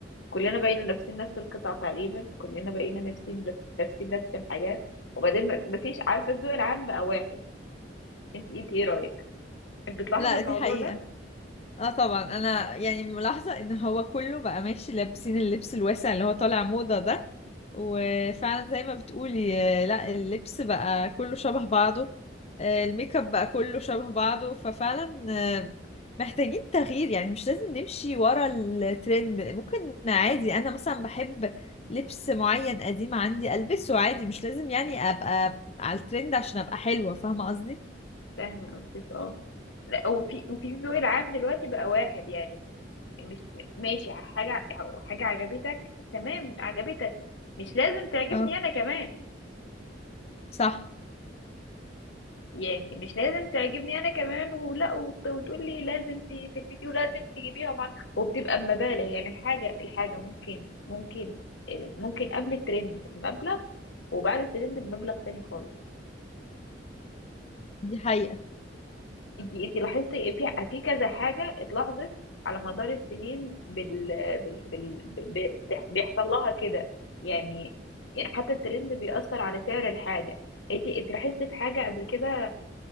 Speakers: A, on the left (about 80°); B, on the left (about 35°).
A: كلنا بقينا لابسين نفس القطع تقريبا كلنا بقينا لابسين لابسين نفس الحاجات وبعدين ما- مفيش عارفه الذوق العام بقى واحد انت انت ايه رايك بتلاحظي
B: لا
A: الموضوع
B: دي حقيقة
A: ده
B: اه طبعا انا يعني ملاحظة ان هو كله بقى ماشي لابسين اللبس الواسع اللي هو طالع موضة ده وفعلا زي ما بتقولي آه، لا اللبس بقى كله شبه بعضه آه، الميك اب بقى كله شبه بعضه ففعلا آه، محتاجين تغيير يعني مش لازم نمشي ورا الترند ممكن عادي انا مثلا بحب لبس معين قديم عندي البسه عادي مش لازم يعني ابقى على الترند عشان ابقى حلوة فاهمة قصدي؟
A: فاهمه قصدك اه لا وفي وفي الذوق العام دلوقتي بقى واحد يعني مش م- ماشي حاجه حاجه عجبتك تمام عجبتك مش لازم تعجبني
B: اه
A: انا كمان
B: صح
A: يعني مش لازم تعجبني انا كمان ولا وت- وتقول لي لازم ت- تلبسي ولازم تجيبيها مع وبتبقى بمبالغ يعني الحاجه الحاجه ممكن ممكن ممكن قبل الترند بمبلغ وبعد الترند بمبلغ تاني خالص
B: دي حقيقة
A: انتي انتي لاحظتي في في كذا حاجه اتلاحظت على مدار السنين بال بال بال ب- بتح- بيحصل لها كده يعني يعني حتى الترند بيأثر على سعر الحاجه انتي انتي لاحظتي في حاجه قبل كده